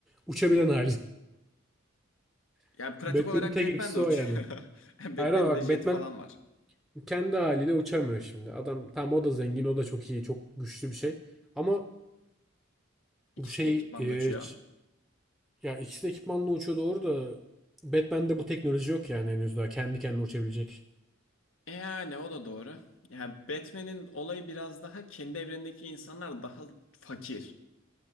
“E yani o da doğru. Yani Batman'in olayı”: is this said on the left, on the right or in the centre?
Left